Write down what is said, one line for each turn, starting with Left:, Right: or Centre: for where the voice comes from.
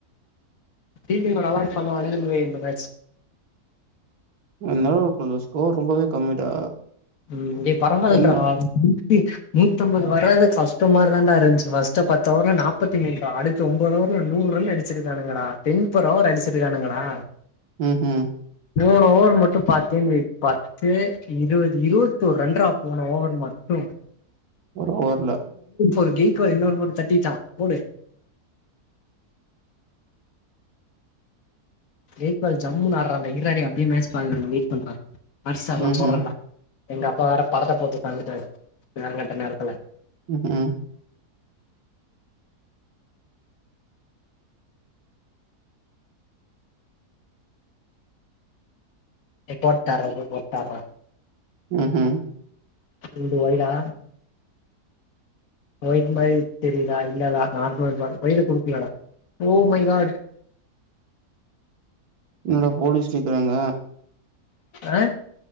Left: ஃபீல்டிங்ல நல்லா பண்ணுவானுங்கவை இந்த மேட்ச்
Right: இந்த தடவ கொஞ்சோ ஸ்கோர் ரொம்பவே கம்மிடா
Left: ம் டேய் பரவாயில்ரா
Right: என்ன
Left: நூத்தி நூத்தம்பது வர்றது கஷ்டமா தாண்டா இருஞ்ச்சு ஃபர்ஸ்ட்டு பத்து ஓவர்ல நாப்பத்தி மூணுரா அடுத்து ஒம்போது ஓவர்ல நூறு ரன் அடிச்சிருக்கானுங்கடா டென்ம்பர் ஓவர் அடிச்சிருக்கானுங்கடா
Right: ம்ஹும்
Left: மூணு ஓவர் மட்டு பாத்தேனு வை பத்து இருவத் இருவத்தோரு ரண்ட் டா போன ஓவர் மட்டு
Right: ஒரு ஓவர்ல
Left: ஒரு கெய்க்வால் இன்னொரு போட்டு தட்டிட்டா போடு கெய்க்வால் ஜம்முனு ஆடுறான்டா இரராடே அப்டியே மேச் பாக்குறன்டா வெயிட் பண்றா அர்சார்லா
Right: ம்ஹ்ம்.
Left: போடறான்ட எங்க அப்பா வேற படத்த போட்டு உக்காந்துடாரு நேரங்கட்ட நேரத்துல
Right: ம் ஹு
Left: ஏ போட்டாற்றா இது போட்டாற
Right: ம் ஹு
Left: இது ஒய்டா ஒய்டு மாரி தெரியுதா இல்லடா நார்மல் பால் ஒய்டு குடுக்லடா ஓ மை காட்
Right: இன்னாட போலீஸ் நிக்குறாங்க
Left: அ